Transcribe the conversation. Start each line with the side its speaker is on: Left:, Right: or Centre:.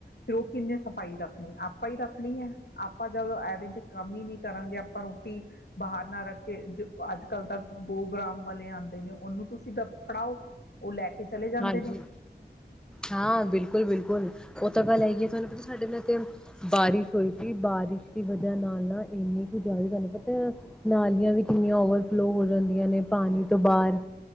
Left: ਫਿਰ ਉਹ ਕਿੰਨੇ ਸਫ਼ਾਈ ਰੱਖਣੀ ਆਪਾਂ ਹੀ ਰੱਖਣੀ ਹੈ, ਆਪ ਆਪਾਂ ਜਦੋਂ ਐਵੇ ਚ ਕੰਮ ਹੀ ਵੀ ਕਰਾਂਗੇ ਆਪਾਂ ਆਪਾਂ ਰੋਟੀ ਬਾਹਰ ਨਾ ਰੱਖ ਕੇ ਅੱਜ ਕੱਲ ਤਾਂ ਗੋਗ੍ਰਾਮ ਵਾਲੇ ਆਉਂਦੇ ਨੇ ਉਹਨੂੰ ਤੁਸੀਂ ਦ ਫੜਾਓ। ਉਹ ਲੈ ਕੇ ਚਲੇ ਜਾਂਦੇ
Centre: ਹਾਂਜੀ
Left: ਨੇ
Centre: ਹਾਂ ਬਿਲਕੁਲ ਬਿਲਕੁਲ ਉਹ ਤਾਂ ਗੱਲ ਹੈਗੀ ਹੈ, ਤੁਹਾਨੂੰ ਪਤਾ ਸਾਡੇ ਨਾਲ ਤੇ ਬਾਰਿਸ਼ ਹੋਈ ਸੀ ਬਾਰਿਸ਼ ਦੀ ਵਜ੍ਹਾ ਨਾਲ ਨਾ ਇੰਨੀ ਕੁ ਜ਼ਿਆਦਾ ਤੁਹਾਨੂੰ ਪਤਾ ਨਾਲੀਆਂ ਵੀ ਕਿੰਨੀਆਂ ਓਵਰਫਲੋ ਹੋ ਜਾਂਦੀਆਂ ਨੇ ਪਾਣੀ ਤੇ ਬਾਰ